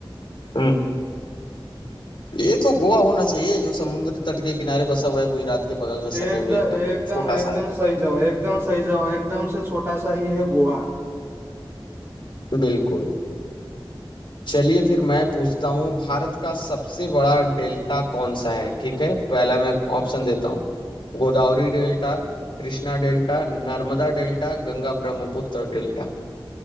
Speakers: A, on the left; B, on the right.
A: हम्म ये तो गोवा होना चाहिए जो समुद्र तट के किनारे बसा हुआ है गुजरात के बगल में
B: एकदम
A: सटे हुए एकदम
B: एकदम
A: छोटा
B: एकदम
A: सा
B: सही जवाब एकदम सही जवाब एकदम से छोटा सा ही है गोवा
A: है बिल्कुल चलिए फिर मैं पूछता हूँ भारत का सबसे बड़ा डेल्टा कौन सा है ठीक है पहला मैं ऑप्शन देता हूँ Godavari delta Krishna delta Narmada delta Ganga Brahmaputra delta